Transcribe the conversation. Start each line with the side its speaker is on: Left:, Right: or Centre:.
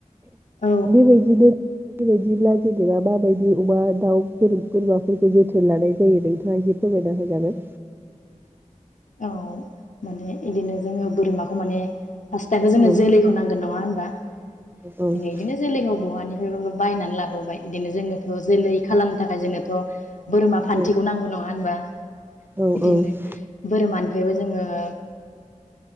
Left: औ
Right: बेबायदिनो बेबायदिब्ला जेनेबा माबायदि अमा दाउ बोरमाफोरखौ जोथोन लानाय जायो नोंथाङा एसे फोरमायना होजागोन।
Left: औ माने इदिनो जोङो बोरमाखौ माने फार्स्टआबो जोंनो
Right: औ
Left: जोलैखौ
Right: औ
Left: नांगोन नङा होनबा?
Right: औ
Left: जोङो बिदिनो जोलैखौ बहानि <unintelligible> बायनानै लाबोबाय बिदिनो जोङोथ' जोलै खालामनो थाखाय जोङोथ' बोरमा फान्थिखौ
Right: औ
Left: नांगौ नङा होनबा?
Right: औ
Left: इदिनो
Right: औ
Left: बोरमानिफ्रायबो जोङो <unintelligible>